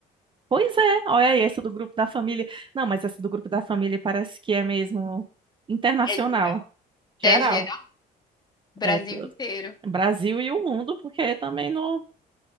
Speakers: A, on the right (about 30°); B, on the left (about 25°).
A: Pois é, olha aí, essa do grupo da família. Não, mas essa do grupo da família parece que é mesmo internacional,
B: É geral.
A: geral.
B: É geral. Brasil
A: É t-
B: inteiro.
A: Brasil e o mundo, porque também no,